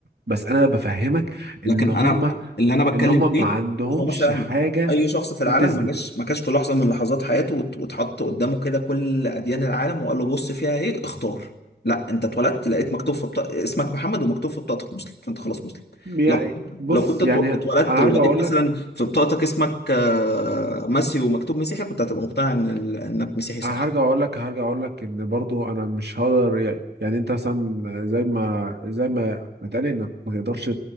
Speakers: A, on the right; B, on the left.
A: بس أنا بفهمك
B: لكن
A: إن هم
B: انا اللي انا بتكلم
A: إن هم
B: فيه
A: ما عندهمش
B: ان هو مثلا
A: حاجة
B: اي شخص في العالم
A: تثبت
B: ما جاش ما كانش في لحظه من لحظات حياته وات- واتحط قدامه كده كل اديان العالم وقال له بص فيها ايه اختار لا انت اتولدت لقيت مكتوب في بطاقة اسمك محمد ومكتوب في بطاقتك مسلم فانت خلاص مسلم
A: يعني
B: لو
A: بص
B: لو كنت اتو-
A: يعني أنا
B: اتولدت
A: هرجع
B: ولقيت
A: أقول
B: مثلا
A: لك
B: في بطاقتك اسمك آه، ماسيو ومكتوب مسيحي كنت هتبقى مقتنع ان ال- انك مسيحي صح
A: انا هرجع اقول لك هرجع اقول لك ان برضو انا مش هقدر يعني يعني انت مثلا زي ما زي ما ما اتقال انك ما تقدرش